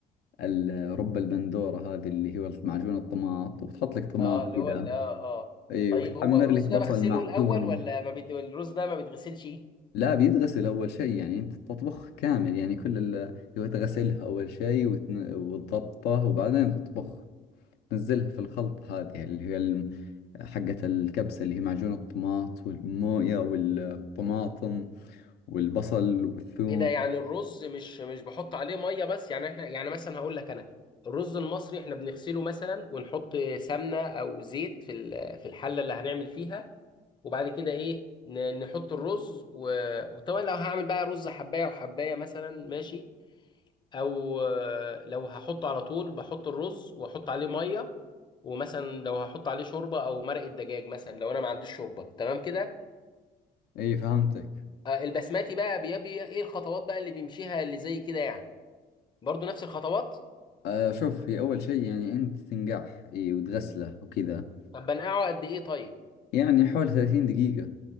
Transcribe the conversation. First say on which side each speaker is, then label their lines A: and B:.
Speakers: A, on the left; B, on the left.
A: ال- رب البندورة هذه اللي هو معجون الطماط وتحط لك طماط
B: اه اللي
A: كذا
B: هو ال- اه اه
A: اي
B: طيب
A: وتحمر
B: هو الرز
A: لك بصل
B: ده بغسله
A: معثوم
B: الاول ولا ما بيت... الرز ده ما بيتغسلش
A: لا بيتغسل أول شيء يعني أنت تطبخ كامل يعني كل ال هو تغسلها أول شيء وتن... وتضبطه وبعدين تطبخ تنزلها في الخلط هذه اللي هي الم... حقة الكبسة اللي هي معجون الطماط والموية والطماطم والبصل والثوم
B: ايه ده يعني الرز مش مش بحط عليه ميه بس يعني احنا يعني مثلا هقول لك انا الرز المصري احنا بنغسله مثلا ونحط سمنه او زيت في ال- في الحله اللي هنعمل فيها وبعد كده ايه ن- نحط الرز و- وطبعا لو هعمل بقى رز حبايه وحبايه مثلا ماشي او آه، لو هحطه على طول بحط الرز واحط عليه ميه ومثلا لو هحط عليه شوربه او مرقه دجاج مثلا لو انا ما عنديش شوربه تمام كده
A: اي فهمتك
B: آه، البسماتي بقى بيبي ايه الخطوات بقى اللي بيمشيها اللي زي كده يعني برضو نفس الخطوات
A: آه شوف هي أول شيء يعني أنت تنقعه اي وتغسله وكذا
B: طب بنقعه قد ايه طيب
A: يعني حول 30 دقيقة